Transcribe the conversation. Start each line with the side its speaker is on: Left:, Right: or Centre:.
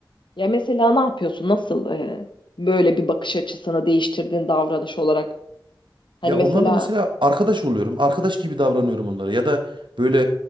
Left: Ya mesela ne yapıyorsun? Nasıl e, böyle bir bakış açısını değiştirdiğin davranış olarak? Hani
Right: Ya
Left: mesela
Right: onlarla mesela arkadaş oluyorum. Arkadaş gibi davranıyorum onlara. Ya da böyle